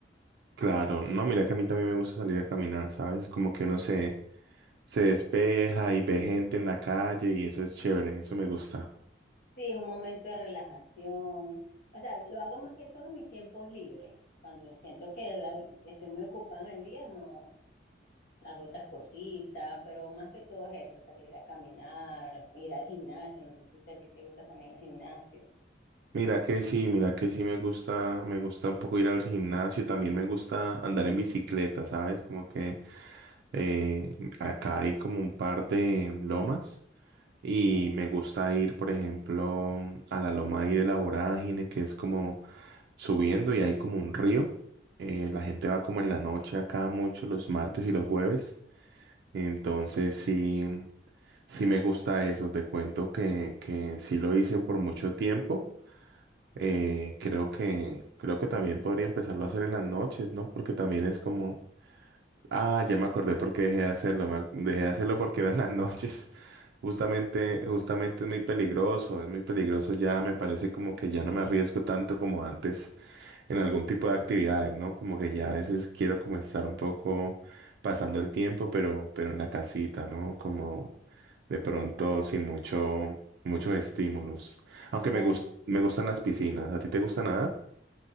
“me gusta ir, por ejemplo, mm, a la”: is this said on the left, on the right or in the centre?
Right